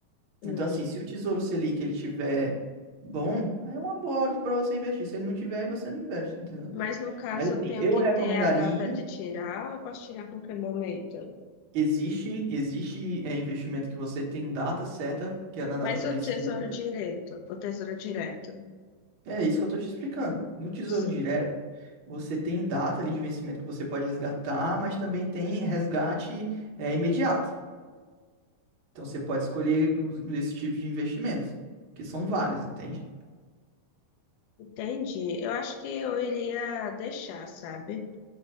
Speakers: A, on the left; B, on the right.
A: Hum.
B: Então, assim, se o Tesouro Selic ele tiver bom, aí é uma boa hora para você investir. Se ele não tiver, aí você não investe, entendeu?
A: Mas no caso,
B: Mas, assim,
A: eu tenho
B: eu
A: que
B: recomendaria...
A: ter a data de tirar, ou eu posso tirar a qualquer momento?
B: Existe, existe eh, investimento que você tem data certa, que é na data
A: Mas
B: do
A: o
B: vencimento,
A: tesouro direito, o tesouro direto,
B: É isso que eu tô te explicando. No Tesouro
A: sim.
B: Direto, você tem data ali de vencimento que você pode resgatar, mas também tem resgate é, imediato. Então você pode escolher um desse tipo de investimentos, que são vários, entende?
A: Entendi. Eu acho que eu iria deixar, sabe?